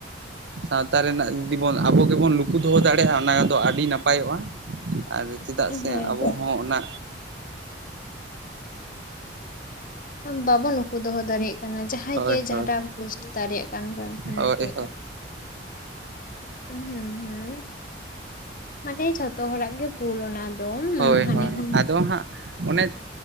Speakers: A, on the right; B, on the left.
A: ᱥᱟᱶᱛᱟ ᱨᱮᱱᱟᱜ ᱡᱩᱫᱤ ᱵᱚᱱ ᱟᱵᱚ ᱜᱮᱵᱚᱱ ᱞᱩᱠᱩ ᱫᱚᱦᱚ ᱫᱟᱲᱮᱭᱟᱜᱼᱟ ᱚᱱᱟᱫᱚ ᱟᱹᱰᱤ ᱱᱟᱯᱟᱭᱚᱜᱼᱟ ᱟᱨ ᱪᱮᱫᱟᱜ
B: ᱦᱮᱸ
A: ᱥᱮ
B: ᱦᱮᱸ
A: ᱟᱵᱚ ᱦᱚᱸ ᱚᱱᱟ
B: ᱵᱟᱵᱚᱱ ᱩᱠᱩ ᱫᱚᱦᱚ ᱫᱟᱲᱮᱭᱟᱜ ᱠᱟᱱᱟ ᱡᱟᱼᱼ ᱡᱟᱦᱟᱸᱭ
A: ᱦᱳᱭ
B: ᱜᱮ ᱡᱟᱦᱟᱸᱴᱟᱜ
A: ᱦᱳᱭ
B: ᱯᱳᱥᱴ ᱫᱟᱲᱮᱭᱟᱜ ᱠᱟᱱ ᱠᱷᱟᱱ
A: ᱦᱳᱭ
B: ᱜᱮ ᱦᱩᱸ ᱦᱩᱸ ᱦᱩᱸ, ᱢᱟᱱᱮ ᱡᱷᱚᱛᱚ ᱦᱚᱲᱟᱜ ᱜᱮ ᱵᱷᱩᱞ ᱚᱱᱟ ᱫᱚ
A: ᱦᱳᱭ
B: ᱦᱟᱹᱱᱤ
A: ᱦᱳᱭ
B: ᱦᱚᱸ
A: ᱟᱫᱚ ᱦᱟᱸᱜ ᱚᱱᱮ